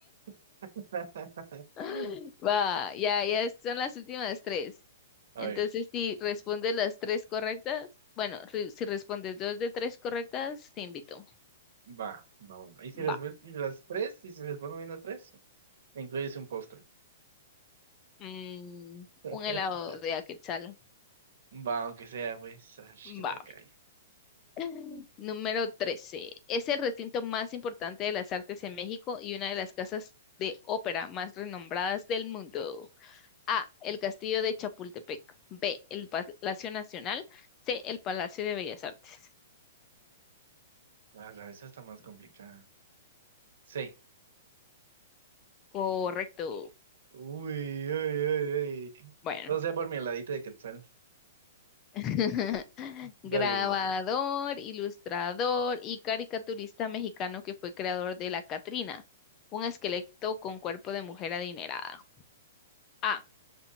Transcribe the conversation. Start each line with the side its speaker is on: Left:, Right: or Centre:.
Right: <laughs>
Left: <laughs> Va, ya, ya son las últimas tres.
Right: A
Left: Entonces,
Right: ver.
Left: si respondes las tres correctas, bueno, re- si respondes dos de tres correctas, te invito.
Right: Va, va, bueno. Y si
Left: Va.
Right: les ves- y las tres, y si les pongo bien las tres, me incluyes un postre.
Left: Mm,
Right: <laughs>
Left: un helado de Aquetzal.
Right: Va, aunque sea, pues. Ay, qué tacaño.
Left: Va. <laughs> Número 13. Es el recinto más importante de las artes en México y una de las casas de ópera más renombradas del mundo. A. El Castillo de Chapultepec. B. El Palacio Nacional. C. El Palacio de Bellas Artes.
Right: Ah, la vez está más complicada. Sí.
Left: Correcto.
Right: Uy, uy, uy, uy.
Left: Bueno.
Right: O sea, por mi heladito de Quetzal.
Left: <laughs>
Right: Dale,
Left: Grabador,
Right: güey.
Left: ilustrador y caricaturista mexicano que fue creador de La Catrina, un esqueleto con cuerpo de mujer adinerada. A.